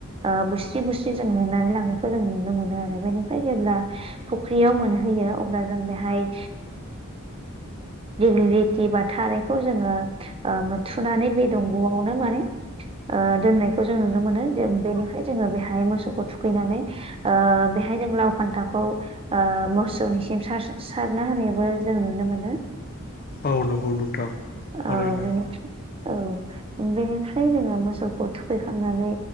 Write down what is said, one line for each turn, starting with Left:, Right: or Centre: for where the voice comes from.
Right: ओ बुस्रि बुस्रि जों होनानै लांनायखौ जों नुनो मोनो आरो बेनिफ्राय जेब्ला फुख्रियाव मोनहैयो अब्ला जों बेहाय दिगिलिटि बा थारायखौ जोङो ओ मोनोथुनानै बे दंग'आवनो माने ओ दोननायखौ जों नुनो मोनो जों बेनिफ्राय जोङो बेहाय मोसौखौ थुखैनानै ओ बेहाय जों लाव फान्थावखौ ओ मोसौनिसिम सार सारना होनायबो जों नुनो मोनो।
Left: औ नंगौ नोंथां थारैनो
Right: औ बेनिफ्राय औ बेनिफ्राय जोङो मोसौखौ थुखैखांनानै